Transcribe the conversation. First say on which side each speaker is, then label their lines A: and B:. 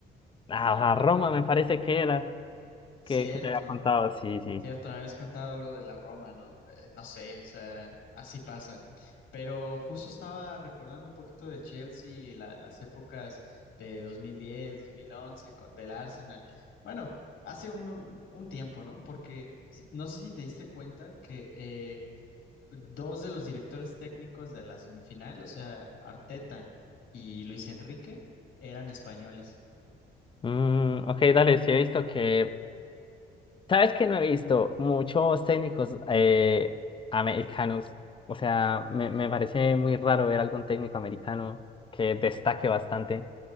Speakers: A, on the left; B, on the left.
A: Ah, Roma me parece que era,
B: Cierto.
A: que, que te había contado, sí, sí.
B: Cierto, me habías contado algo de la Roma, ¿no? Eh, no sé, o sea, así pasa. Pero justo estaba recordando un poquito del Chelsea, y la- las épocas de 2010, 2011, con- del Arsenal. Bueno, hace un, un- un tiempo, ¿no? Porque si- no sé si te diste cuenta que eh, dos de los directores técnicos de la semifinal, o sea, Arteta y Luis Enrique, eran españoles.
A: Mm, ok, dale, sí he visto que ¿Sabes que no he visto muchos técnicos eh, americanos? O sea, me, me parece muy raro ver algún técnico americano que destaque bastante.